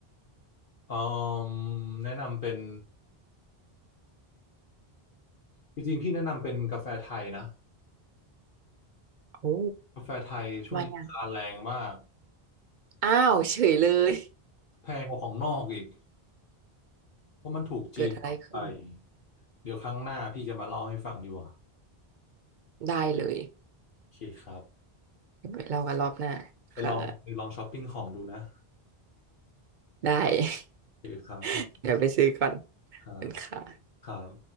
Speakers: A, on the left; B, on the right.
A: เอ่มแนะนำเป็นจริงๆพี่แนะนำเป็นกาแฟไทยนะ
B: โอ้
A: กาแฟไทยช่วงนี้ราคาแรงมาก
B: ทำไมอ่ะอ้าวเฉยเลย
A: แพงกว่าของนอกอีกเพราะมันถูกจีนปรับไป
B: <laughs> เกิดอะไรขึ้น
A: เดี๋ยวครั้งหน้าพี่จะมาเล่าให้ฟังดีกว่า
B: ได้เลย
A: โอเคครับ
B: เดี๋ยวไปเล่ากันรอบหน้าค่ะ
A: ไปลองไปลองช้อปปิ้งของดูนะ
B: ได้ <laughs>
A: โอเคครับผม
B: เดี๋ยวไปซื้อก่อน
A: ครับ
B: เป็นค่ะ
A: ครับ